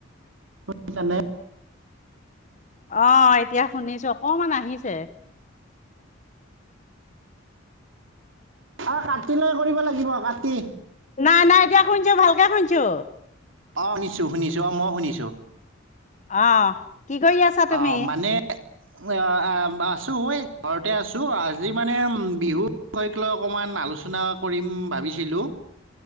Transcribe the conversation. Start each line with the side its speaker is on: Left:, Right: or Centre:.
Right: তোক মানে
Left: অ' এতিয়া শুনিছো অকমান আহিছে।
Right: অ' কাট লৈ কৰিব লাগিব কাটি।
Left: নাই নাই এতিয়া শুনিছো ভালকে শুনিছো।
Right: অ' শুনিছো শুনিছো অ' মই শুনিছো।
Left: অ' কি কৰি আছা তুমি
Right: অ' মানে অ' অ' অ' আছো এই ঘৰতে আছো আজি মানে বিহুৰ বিষয়ক লৈ অকমান আলোচনা কৰিম ভাবিছিলোঁ‌।